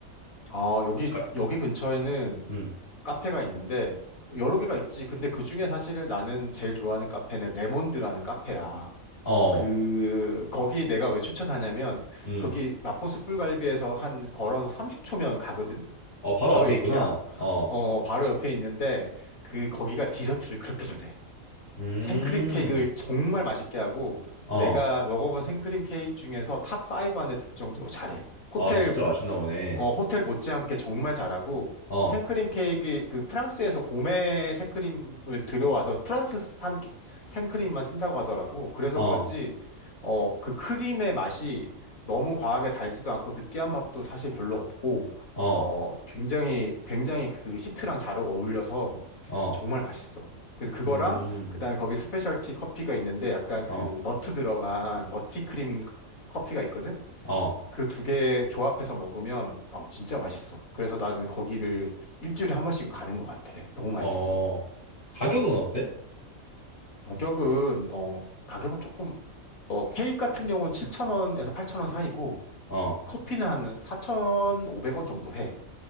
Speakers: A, on the left; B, on the left.
A: 아, 여기
B: 가,
A: 여기 근처에는
B: 음,
A: 카페가 있는데 여러 개가 있지. 근데 그중에 사실 나는 제일 좋아하는 카페는 레몬드라는 카페야.
B: 어,
A: 그 거기 내가 왜 추천하냐면
B: 음,
A: 거기 마포 숯불갈비에서 한 걸어서 30초면 가거든.
B: 어, 바로
A: 바로
B: 앞에
A: 옆이야.
B: 있구나. 어,
A: 어, 바로 옆에 있는데 그 거기가 디저트를 그렇게 잘해.
B: 음,
A: 생크림 케이크를 정말 맛있게 하고
B: 어,
A: 내가 먹어본 생크림 케이크 중에서 탑5 안에 들 정도로 잘해. 호텔
B: 아, 진짜 맛있나 보네.
A: 어, 호텔 못지않게 정말 잘하고
B: 어,
A: 생크림 케이크 그 프랑스에서 고메 생크림을 들여와서 프랑스산 케- 생크림만 쓴다고 하더라고. 그래서
B: 어,
A: 그런지 어, 그 크림의 맛이 너무 과하게 달지도 않고 느끼한 맛도 사실 별로 없고
B: 어,
A: 어, 굉장히 굉장히 그 시트랑 잘 어울려서
B: 어,
A: 정말 맛있어. 그래서 그거랑
B: 음,
A: 그다음에 거기 스페셜티 커피가 있는데 약간 그
B: 어,
A: 너트 들어간 너티 크림 커피가 있거든.
B: 어,
A: 그 두 개 조합해서 먹으면 어, 진짜 맛있어. 그래서 나는 거기를 일주일에 한 번씩 가는 것 같아. 너무 맛있어서.
B: 어, 가격은
A: 음.
B: 어때?
A: 가격은 어, 가격은 조금 어, 케이크 같은 경우는 7,000원에서 8,000원 사이고
B: 어,
A: 커피는 한 4,500원 정도 해.